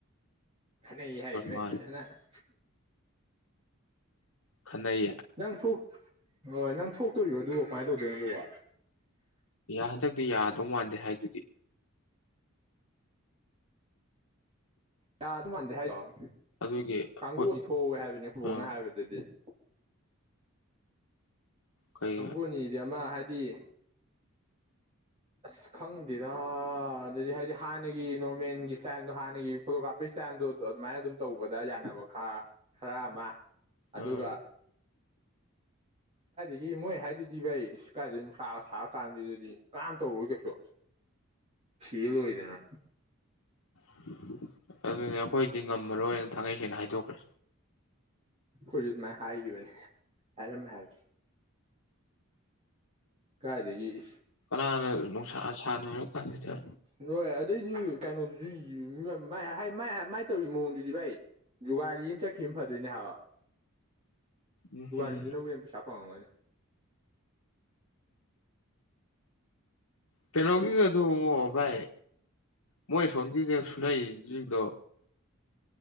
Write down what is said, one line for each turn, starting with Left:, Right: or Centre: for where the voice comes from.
Right: ꯈꯠꯅꯩ ꯍꯥꯏꯔꯤꯌꯦ ꯏꯚꯥꯏ
Left: ꯃꯥꯜꯂꯦ
Right: ꯐꯖꯅ <inaudible>
Left: ꯈꯠꯅꯩꯌꯦ
Right: ꯅꯪ ꯊꯣꯛ ꯍꯣꯏ ꯅꯪ ꯊꯣꯛꯇꯣꯔꯤꯕꯣ ꯑꯗꯨꯕꯣ ꯀꯃꯥꯏꯅ ꯇꯧꯗꯣꯏꯅꯣ ꯑꯗꯨꯕꯣ
Left: ꯍꯟꯗꯛꯇꯤ ꯌꯥꯗꯧ ꯃꯥꯟꯗꯦ ꯍꯥꯏꯗꯨꯗꯤ
Right: ꯌꯥꯗꯧ ꯃꯥꯟꯗꯦ ꯍꯥꯏꯗꯔꯣ
Left: ꯑꯗꯨꯒꯤ
Right: ꯀꯥꯡꯕꯨ
Left: ꯍꯣꯏ
Right: ꯑꯃ ꯊꯣꯛꯍꯧꯋꯦ ꯍꯥꯏꯕꯅꯤ ꯈꯨꯕꯣꯛꯅ
Left: ꯑꯥ
Right: ꯍꯥꯏꯕꯗꯗꯤ <inaudible>
Left: ꯀꯩ
Right: ꯀꯥꯡꯕꯨ ꯑꯃ ꯍꯥꯏ ꯗꯤ ꯑꯁ ꯈꯪꯗꯦꯗ ꯑꯗꯨꯗꯤ ꯍꯥꯏꯗꯤ ꯍꯥꯟꯅꯒꯤ ꯅꯣꯔꯃꯦꯜꯒꯤ ꯏꯁꯇꯥꯏꯜꯗꯣ ꯍꯥꯟꯅꯒꯤ ꯐꯣꯇꯣꯒ꯭ꯔꯥꯐꯤ ꯏꯁꯇꯥꯏꯜꯗꯣ ꯑꯗꯨꯃꯥꯏꯅ ꯑꯗꯨꯝ ꯇꯧꯕꯗ ꯌꯥꯅꯕ ꯈ ꯈꯔ ꯑꯃ ꯑꯗꯨꯒ
Left: ꯎꯝ
Right: ꯏ ꯃꯣꯏ ꯍꯥꯏꯗꯨꯗꯤ ꯚꯥꯏ ꯁꯤ ꯀꯥꯏꯗ ꯅꯨꯡꯁꯥꯒ ꯁꯥꯔ ꯀꯥꯟꯗꯨꯗꯗꯤ ꯀꯅꯥꯝ ꯇꯧꯔꯣꯏ ꯀꯩꯁꯨ ꯁꯤꯜ ꯑꯣꯏ ꯗꯅ
Left: <inaudible> ꯑꯗꯨꯅꯦ ꯑꯩꯈꯣꯏꯗꯤ ꯉꯝꯃꯔꯣꯏ ꯊꯥꯡꯒꯩ ꯁꯦꯡꯅ ꯍꯥꯏꯗꯣꯛꯈ꯭ꯔꯦ
Right: ꯀꯣꯏ ꯃ ꯍꯥꯏ ꯍꯥꯏꯒꯤꯕꯅꯤ ꯑꯔꯝ ꯍꯥꯏꯔ ꯀꯥꯏꯗꯦ ꯏ
Left: ꯀꯅꯥꯅ ꯅꯨꯡꯁꯥ ꯁꯥꯅ ꯀꯥꯟꯁꯤꯗ
Right: ꯍꯣꯏ ꯑꯗꯨꯏꯁꯨ ꯀꯩꯅꯣꯗꯨꯁꯨ ꯃꯥꯏ ꯇꯧꯔꯤꯕ ꯃꯑꯣꯡꯗꯨꯗꯤ ꯚꯥꯏ ꯖꯨꯒꯥꯂꯤ ꯑꯃ ꯆꯠꯈꯤꯕ ꯑꯃ ꯐꯗꯣꯏꯅꯦ ꯍꯥꯏꯕ
Left: ꯎꯝ ꯎꯝ
Right: ꯖꯒꯥꯗꯨꯅꯕꯨ ꯌꯥꯝ ꯄꯩꯁꯥ ꯐꯪꯉꯝꯃꯣꯏꯅꯦ <inaudible> <inaudible>
Left: ꯄꯩꯅꯣꯒꯤ ꯀ ꯑꯗꯨꯉ ꯥꯏ ꯃꯣꯏ ꯁꯒꯤꯀ ꯁꯅꯥꯏꯗꯣ